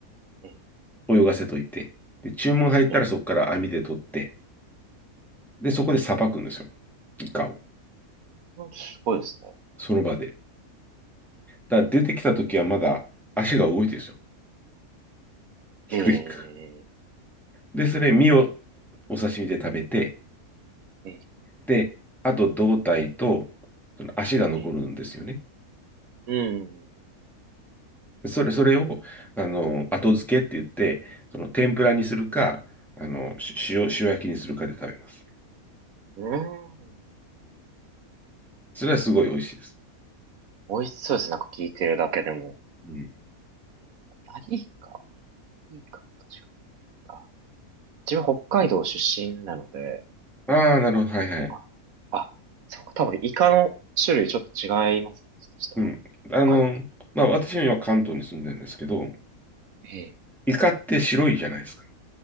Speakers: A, on the right (about 75°); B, in the centre.
A: ええ、
B: 泳がせといて。で、注文入ったらそこから網で取って、
A: ええ
B: で、そこでさばくんですよ。イカを。
A: うんすごいですね。
B: その場で。だから出てきた時はまだ足が動いてるんですよ。ひくひく。
A: ええ、
B: で、それ、身をお刺身で食べて、
A: ええ、
B: で、あと胴体と、その足が残るんですよね。
A: ええ、うん。
B: それ、それを、あの、後付けって言って、その天ぷらにするか、あの、し塩、塩焼きにするかで食べます。
A: うーん。
B: それはすごい美味しいです。
A: 美味しそうです。なんか聞いてるだけでも。
B: うん。
A: あ、いいか。いいか。確かに。あ、自分北海道出身なので、
B: ああ、なるほど。はいはい。
A: あ、あそうか。多分イカの種類ちょっと違いますね。そしたら。
B: うん。あの、
A: 北海道と。
B: まあ、私は今関東に住んでるんですけど、
A: え
B: イカって白いじゃないですか。